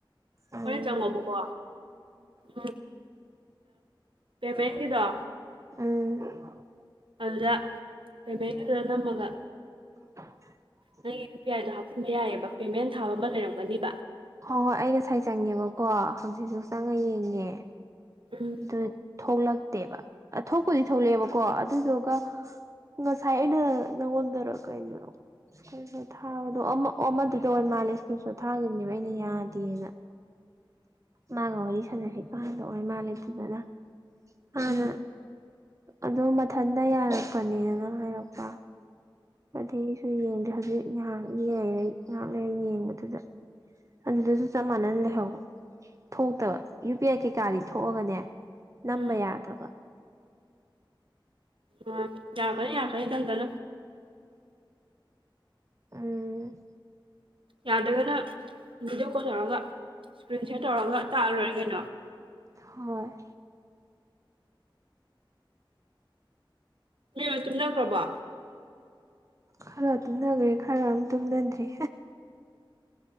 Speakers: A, on the right (about 35°); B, on the right (about 75°).
A: ꯎꯝ
B: ꯍꯣꯔꯦꯟ ꯆꯪꯉꯣꯕꯀꯣ ꯎꯝ ꯄꯦꯃꯦꯟ ꯒꯤꯗꯣ
A: ꯑꯝ
B: ꯑꯗꯨꯗ ꯄꯦꯃꯦꯟ ꯑꯗꯨꯗ ꯅꯝꯃꯒ
A: <inaudible>
B: ꯅꯪꯒꯤ ꯌꯨ ꯄꯤ ꯑꯥꯏꯗꯣ ꯍꯥꯞꯆꯤꯟꯕ ꯌꯥꯏꯑꯕ ꯄꯦꯃꯦꯟ ꯊꯥꯕ ꯑꯃ ꯂꯩꯔꯝꯒꯅꯤꯕ
A: ꯍꯣꯏ ꯍꯣꯏ ꯑꯩ ꯉꯁꯥꯏ ꯆꯪꯉꯦꯕꯀꯣ ꯍꯧꯖꯤꯛꯁꯨ ꯆꯪꯉ ꯌꯦꯡꯉꯦ
B: ꯎꯝ
A: ꯑꯗꯨ ꯊꯣꯛꯂꯛꯇꯦꯕ ꯊꯣꯛꯄꯨꯗꯤ ꯊꯣꯛꯂꯛꯑꯦꯕꯀꯣ ꯑꯗꯨꯗꯨꯒ ꯉꯁꯥꯏ ꯑꯩꯅ ꯅꯪꯉ‌ꯣꯟꯗꯔ ꯀꯩꯔꯣ ꯊꯥꯕꯗꯣ ꯑꯃꯗꯨꯗ ꯑꯣꯏ ꯃꯥꯜꯂꯦ ꯁ꯭ꯀꯔꯟꯁ‌ꯣꯠ ꯊꯥꯒꯤꯈꯤꯕꯅꯦꯕ ꯑꯩꯅ ꯌꯥꯗꯦꯅ ꯃꯥꯒ ꯋꯥꯔꯤ ꯁꯥꯟꯅꯔꯤ ꯀꯥꯟꯗ ꯑ‌ꯣꯏꯔ ꯃꯥꯜꯂꯦ ꯑꯗꯨꯗꯅꯗꯅ ꯃꯥꯅ
B: ꯎꯝ
A: ꯑꯗꯨ ꯃꯊꯟꯗ ꯌꯥꯔꯛꯄꯅꯦꯅ ꯍꯥꯏꯔꯛꯄ ꯑꯗꯨꯩꯁꯨ ꯌꯦꯡꯗꯦ ꯍꯧꯖꯤꯛ ꯉꯍꯥꯛꯔꯦ ꯉꯥꯛ ꯂꯩꯔ ꯌꯦꯡꯕꯗꯨꯗ ꯑꯗꯨꯗꯁꯨ ꯆꯞ ꯃꯥꯟꯅꯅ ꯂꯩꯍꯧꯕ ꯊꯣꯛꯇꯕ ꯌꯨ ꯄꯤ ꯑꯥꯏ ꯀꯩꯀꯥꯗꯤ ꯊꯣꯛꯑꯒꯅꯦ ꯅꯝꯕ
B: ꯎꯝ
A: ꯌꯥꯗꯕ
B: ꯑ ꯌꯥꯔꯛꯀꯅꯤ ꯌꯥꯔꯛꯀꯅꯤ ꯇꯞꯅ ꯇꯞꯅ
A: ꯎꯝ
B: ꯌꯥꯗꯔꯒꯅ ꯚꯤꯗꯤꯑꯣ ꯀꯣꯜ ꯇꯧꯔꯒ ꯏꯁꯀ꯭ꯔꯤꯟ ꯁꯦꯔ ꯇꯧꯔꯒ ꯇꯥꯛꯑꯒ ꯂꯣꯏꯔ‌ꯦ ꯀꯩꯅꯣ
A: ꯍꯣꯏ
B: ꯃꯤ ꯂ‌ꯣꯏ ꯇꯨꯝꯅꯈ꯭ꯔꯕꯣ
A: ꯈꯔ ꯇꯨꯝꯅꯈ꯭ꯔꯦ ꯈꯔ ꯑꯃ ꯇꯨꯝꯅꯗ꯭ꯔꯤ